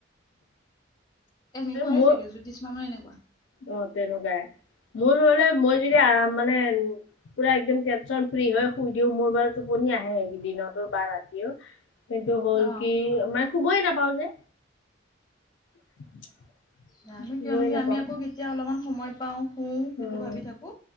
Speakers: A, on the left (about 20°); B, on the left (about 75°).
A: এনেকুৱাই
B: মোৰ
A: চাগে জ্যোতিষ্মানো এনেকুৱা।
B: অ', তেনেকুৱাই মোৰ হলে মই যদি আৰাম মানে পুৰা একদম টেনশচন ফ্ৰী হয় শুই দিও মোৰ বাৰু টোপনি আহে দিনতো বা ৰাতিও। কিন্তু হ'ল
A: অ
B: কি মানে শুবই নাপাও যে। <unintelligible>
A: জানো
B: শুবই
A: কিয়নো কি
B: নাপাও
A: আমি আকৌ কেতিয়া অলপমান সময় পাও শুও সেইটো
B: উম
A: ভাবি থাকো।